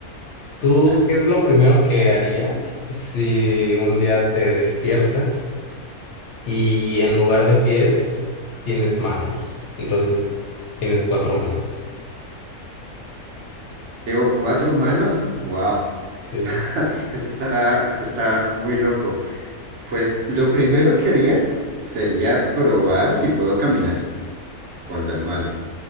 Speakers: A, on the left (about 65°); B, on the right (about 60°).
A: ¿Tú
B: dale.
A: qué es lo primero que harías si un día te despiertas? y en lugar de pies tienes manos. Entonces tienes cuatro manos.
B: Tengo cuatro manos. Wow.
A: Sí, sí,
B: <laughs> Eso está, eso está muy loco. Pues lo primero que haría sería probar si puedo caminar con las manos.